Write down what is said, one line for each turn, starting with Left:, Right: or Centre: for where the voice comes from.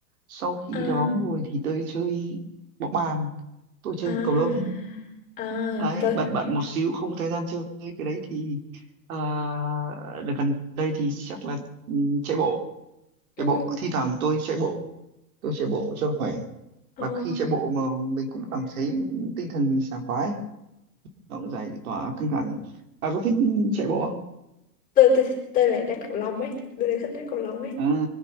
Right: sau khi
Left: à
Right: đá bóng rồi thì tôi chơi bóng bàn tôi chơi
Left: à
Right: cầu lông
Left: à
Right: ấy
Left: tôi
Right: bận bận một xíu không có thời gian chơi cái đấy thì à, đợt gần đây thì chắc là ừ, chạy bộ
Left: ừ,
Right: chạy bộ thi thoảng tôi chạy bộ tôi chạy bộ cho khỏe
Left: ờ,
Right: và khi chạy bộ mà mình cũng cảm thấy tinh thần mình sảng khoái nó cũng giải tỏa căng thẳng bà có thích chạy bộ không
Left: tôi tôi tôi lại đánh cầu lông ấy tôi lại thích đánh cầu lông ấy
Right: à